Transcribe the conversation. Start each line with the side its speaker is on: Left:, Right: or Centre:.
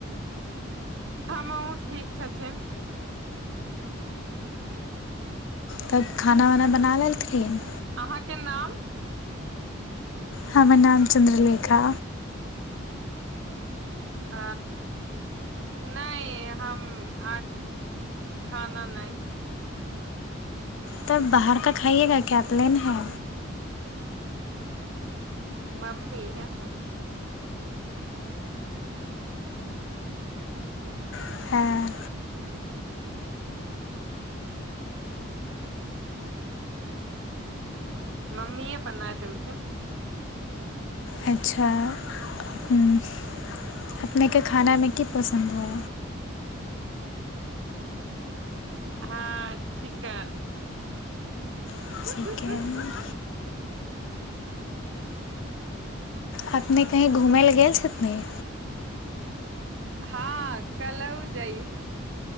Right: हमहु ठीक छथिन
Left: तब खाना वाना बना लेलथिन
Right: अहाँ के नाम
Left: हमर नाम चन्द्रलेखा
Right: ह नहि हम आज खाना नहि
Left: तब बाहर का खाइएगा क्या प्लेन है
Right: मम्मी है हम
Left: अ,
Right: मम्मीए बनाय देलखिन
Left: अच्छा हम्म अपनेके खानामे की पसन्द है
Right: हाँ चिकन
Left: चिकन
Right: म्मम
Left: अपने कहीँ घुमय लए गेल छथनि
Right: हँ कलहु जइब